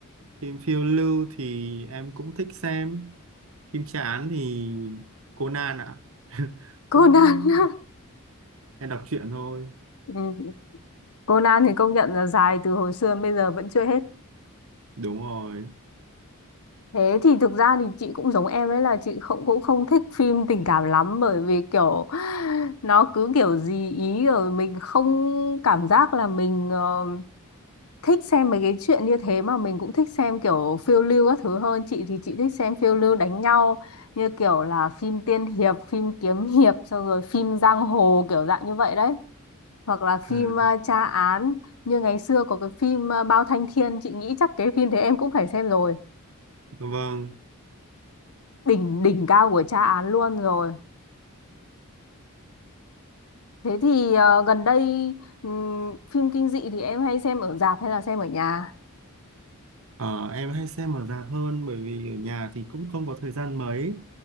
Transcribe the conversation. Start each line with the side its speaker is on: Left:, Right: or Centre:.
Right: phim phiêu lưu thì em cũng thích xem phim chán thì Conan ạ <laughs> cũng
Left: Conan. <laughs>
Right: em đọc truyện thôi
Left: Ừ. Conan thì công nhận là dài từ hồi xưa đến bây giờ vẫn chưa hết
Right: đúng rồi
Left: Thế thì thực ra thì chị cũng giống em ấy là chị không cũng không thích phim tình cảm lắm bởi vì kiểu <gasps> <sighs> nó cứ kiểu gì ý rồi mình không cảm giác là mình ờ, thích xem mấy cái chuyện như thế mà mình cũng thích xem kiểu phiêu lưu các thứ hơn chị thì chị thích xem phiêu lưu đánh nhau như kiểu là phim tiên hiệp, phim kiếm hiệp xong rồi phim giang hồ kiểu dạng như vậy đấy hoặc là phim
Right: à
Left: ờ, tra án như ngày xưa có cái phim ờ, Bao Thanh Thiên chị nghĩ chắc cái phim thế em cũng phải xem rồi
Right: Vâng,
Left: đỉnh đỉnh cao của tra án luôn rồi thế thì ờ, gần đây ừm, phim kinh dị thì em hay xem ở rạp hay là xem ở nhà
Right: ờ, em hay xem ở rạp hơn bởi vì ở nhà thì cũng không có thời gian mấy.